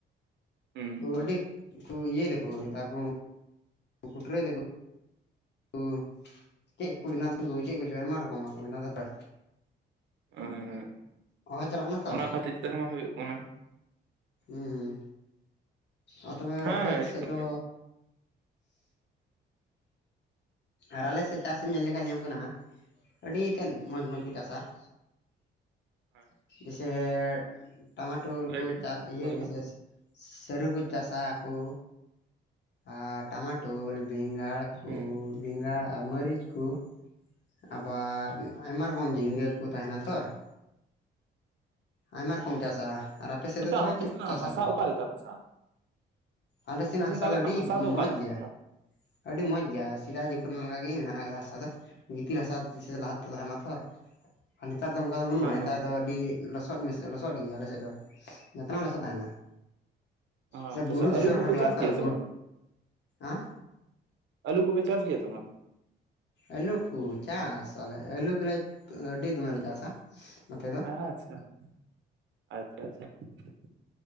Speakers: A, on the right; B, on the left.
A: ᱦᱮᱸ
B: ᱠᱚ ᱟᱹᱰᱤ ᱠᱚ ᱤᱭᱟᱹᱭ ᱫᱟᱠᱚ ᱱᱮᱛᱟᱨ ᱠᱚ ᱠᱩᱴᱨᱟᱹᱭ ᱫᱟᱠᱳ ᱾ ᱩ ᱪᱮᱫ ᱠᱚ ᱵᱮᱱᱟᱣ ᱫᱟᱠᱩ ᱪᱮᱫ ᱠᱚᱪᱚ ᱟᱭᱢᱟ ᱨᱚᱠᱚᱢᱟᱜ ᱠᱚ ᱵᱮᱱᱟᱣ ᱫᱟᱛᱚ ᱾
A: ᱩᱸᱜ
B: ᱦᱚᱸ ᱪᱟᱞᱟᱜ ᱠᱟᱱᱟ ᱛᱚ
A: ᱚᱱᱟ ᱠᱷᱟᱹᱛᱤᱨ ᱛᱮᱦᱚᱸ ᱦᱩᱭᱩᱜ ᱠᱟᱱᱟ ᱾
B: ᱩᱸ ᱦᱩᱸ, ᱟᱨ ᱛᱚᱵᱮ
A: ᱦᱮᱸ
B: ᱟᱯᱮ
A: ᱦᱮᱸ ᱦᱤᱡᱩᱜ
B: ᱥᱮᱫ
A: ᱠᱟᱱ
B: ᱫᱚ
A: ᱜᱮᱭᱟ
B: ᱟᱨ ᱟᱞᱮ ᱥᱮᱫ ᱪᱟᱥ ᱮᱢ ᱧᱮᱞ ᱞᱮᱠᱷᱟᱡ ᱞᱟᱹᱭᱟᱢ ᱠᱟᱱᱟ ᱾ ᱟᱹᱰᱤ ᱛᱮᱫ ᱢᱚᱡᱽ ᱢᱚᱡᱽ ᱠᱚ ᱪᱟᱥᱟ ᱾
A: ᱦᱚᱭ ᱾
B: ᱤᱥᱮ ᱴᱟᱢᱟᱴᱳᱞ
A: ᱞᱟᱹᱭ
B: ᱠᱚ
A: ᱵᱤᱱ
B: ᱪᱟᱥ ᱤᱭᱟᱹ
A: ᱚᱠᱟ ᱞᱮᱠᱟ
B: ᱡᱮᱥᱮ‌ ᱥᱟᱹᱨᱩ ᱠᱚ ᱪᱟᱥᱟ ᱠᱩ ᱟᱨ ᱴᱟᱢᱟᱴᱳᱞ ᱵᱮᱸ ᱟ ᱠᱩ
A: ᱦᱮᱸ
B: ᱵᱮᱸᱜᱟᱲ, ᱟᱨ ᱢᱟᱹᱨᱤᱪ ᱠᱩ ᱾ ᱟᱵᱟᱨ ᱟᱭᱢᱟ ᱨᱚᱠᱚᱢ ᱡᱷᱤᱸᱜᱟᱹ ᱠᱚ ᱛᱟᱦᱮᱱᱟ
A: ᱟᱪᱪᱷᱟ
B: ᱛᱷᱚᱨ ᱾ ᱟᱭᱢᱟ ᱨᱚᱠᱚᱢ ᱪᱟᱥᱟ ᱾ ᱟᱨ ᱟᱯᱮ ᱥᱮᱫ
A: ᱟᱪᱪᱷᱟ
B: ᱫᱚ ᱛᱚᱵᱮ
A: ᱟᱯᱮ
B: ᱪᱮᱫᱠᱟ
A: ᱥᱮᱱᱟᱜ
B: ᱠᱚ ᱪᱟᱥᱟ
A: ᱦᱟᱥᱟ
B: ᱠᱚ?
A: ᱚᱠᱟ ᱞᱮᱠᱟᱱ ᱦᱟᱥᱟ
B: ᱟᱞᱮ ᱥᱮᱱᱟᱜ
A: ᱛᱟᱦᱚᱞᱮ
B: ᱦᱟᱥᱟ ᱫᱚ ᱟᱹᱰᱤ
A: ᱚᱠᱟ
B: ᱢᱚᱡᱽ
A: ᱞᱮᱠᱟᱱ
B: ᱜᱮᱭᱟ
A: ᱦᱟᱥᱟ?
B: ᱾ ᱟᱹᱰᱤ ᱢᱚᱸᱡᱽ ᱜᱮᱭᱟ ᱥᱮᱫᱟᱭ ᱡᱩᱜᱽ ᱨᱮᱱᱟᱜ ᱞᱮᱠᱟ ᱜᱮ ᱢᱮᱱᱟᱜ ᱠᱟᱫᱟ ᱦᱟᱥᱟ ᱫᱚ ᱾ ᱜᱤᱛᱤᱞ ᱦᱟᱥᱟ ᱥᱮ ᱞᱟᱦᱟ ᱛᱮᱫᱚ ᱛᱟᱦᱮ ᱞᱮᱱᱟ ᱛᱷᱚᱨ ᱟᱨ ᱱᱮᱛᱟᱨ ᱫᱚ ᱚᱱᱠᱟ ᱫᱚ ᱵᱟᱹᱱᱩᱜ-ᱟ
A: ᱦᱮᱸ
B: ᱱᱮᱛᱟᱨ
A: ᱦᱮᱸ
B: ᱫᱚ ᱟᱹᱰᱤ ᱞᱚᱥ ᱠᱟᱫ ᱢᱮᱥ ᱞᱚᱥᱚᱫ ᱜᱮᱭᱟ ᱟᱞᱮ ᱥᱮᱫ ᱫᱚ ᱡᱚᱛᱚᱱᱟᱝ ᱞᱚᱥᱚᱫ ᱛᱟᱦᱮᱱᱟ ᱾
A: ᱟᱪᱪᱷᱟ
B: ᱪᱟ ᱵᱩᱨᱩ
A: ᱟᱪᱪᱷᱟ
B: ᱫᱤᱥᱚᱢ
A: ᱟᱹᱞᱩ ᱠᱚᱯᱮ
B: ᱨᱮ ᱦᱚᱲ <unintelligible>
A: ᱪᱟᱥ
B: ᱛᱚ
A: ᱜᱮᱭᱟ ᱥᱮ
B: ᱵᱩᱨ
A: ᱵᱟᱝ?
B: ᱟᱸ
A: ᱟᱹᱞᱩ ᱠᱚᱯᱮ ᱪᱟᱥ ᱜᱮᱭᱟ ᱥᱮ ᱵᱟᱝ?
B: ᱟᱹᱞᱩ ᱠᱚ ᱪᱟᱥ, ᱟᱞᱮ ᱟᱹᱞᱩ ᱠᱚᱞᱮ ᱟᱹᱰᱤ ᱫᱚᱢᱮ ᱞᱮ ᱪᱟᱥᱟ ᱱᱚᱛᱮ ᱫᱚ ᱾
A: ᱟᱪᱪᱷᱟ, ᱟᱪᱪᱷᱟ ᱟᱪᱪᱷᱟ ᱾